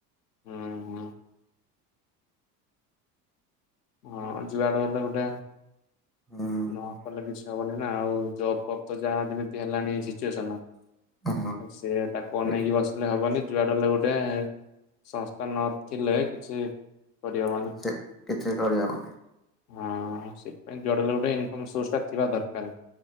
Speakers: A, on the left; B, in the centre.
A: ହୁଁ ହୁଁ। ହଁ ଯୁଆଡୁ ହେଲେ ଗୋଟେ
B: ହୁଁ।
A: ନ କଲେ କିଛି ହବନି ନା ଆଉ ଜବ୍ ଫବ୍ ତ ଯାହା ଯେମିତି ହେଲାଣି ସିଚୁଏସନ
B: ହଁ
A: ସେ ତାକୁ ଅନେଇକି
B: ଏ
A: ବସିଲେ ହବନି ଯୁଆଡେ ହେଲେ ଗୋଟେ ସଂସ୍ଥା ନ ଥିଲେ କିଛି କରିହବନି।
B: କିଛି କିଛି କରିହବନି।
A: ହଁ ସେଥିପାଇ ଯୁଆଡେ ହେଲେ ଗୋଟେ ଇନକ ସୋର୍ସ ଟା ଥିବା ଦରକାର।